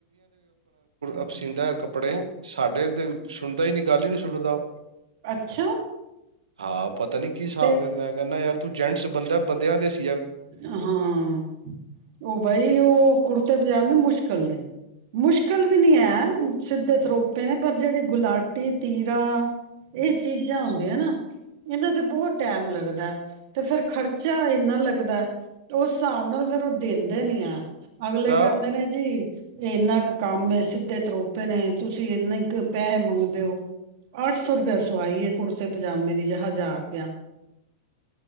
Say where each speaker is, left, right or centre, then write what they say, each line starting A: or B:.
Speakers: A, on the right; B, on the right.
A: ਅਪ ਸੀਂਦਾ ਕੱਪੜੇ ਸਾਡੇ ਤੇ ਸੁਣਦਾ ਹੀ ਨੀ। ਗੱਲ ਹੀ ਨਹੀਂ ਸੁਣਦਾ। ਉਹ
B: ਅੱਛਾ।
A: ਹਾਂ ਪਤਾ ਨੀ ਕੀ ਹਿਸਾਬ
B: ਤੇ
A: ਮੈਂ ਕਹਿੰਦਾ ਯਾਰ ਤੂੰ ਜੈਂਸ ਬੰਦੇ ਬੰਦਿਆਂ ਦੇ ਸੀ।
B: ਹਾਂ, ਉਹ ਬਾਈ, ਉਹ ਕੁੜਤੇ ਮੁਸ਼ਕਿਲ ਨੇ, ਮੁਸ਼ਕਿਲ ਵੀ ਨੀ ਹੈ ਸਿੱਧੇ ਤਰੋਪੇ ਨੇ ਪਰ ਜਿਹੜੀ ਗੁਲਾਟੀ ਤੀਰਾ ਇਹ ਚੀਜ਼ਾਂ ਹੁੰਦੀਆਂ ਨਾ ਇਹਨਾਂ ਤੇ ਬਹੁਤ ਟੈਮ ਲੱਗਦਾ ਤੇ ਫੇਿਰ ਖਰਚਾ ਇੰਨਾ ਲੱਗਦਾ। ਲੱਗਦਾ। ਤੇ ਉਸ ਹਿਸਾਬ ਨਾਲ ਫਿਰ ਉਹ ਦਿੰਦੇ ਨੀ ਆ। ਅਗਲੇ
A: ਦਾ
B: ਕਹਿੰਦੇ ਨੇ ਜੀ ਇਹ ਇੰਨਾ ਕੁ ਕੰਮ ਸਿੱਧੇ ਤਰੋਪੇ ਨੇ ਤੁਸੀਂ ਇੰਨ ਕੁ ਪੈਸੇ ਮੰਗਦੇਓ ਅੱਠ ਸੌ ਰੁਪਇਆ ਸਵਾਈ ਹੈ ਕੁੜਤੇ ਪਜਾਮੇ ਦੀ ਜ ਹਜ਼ਾਰ ਰੁਪਇਆ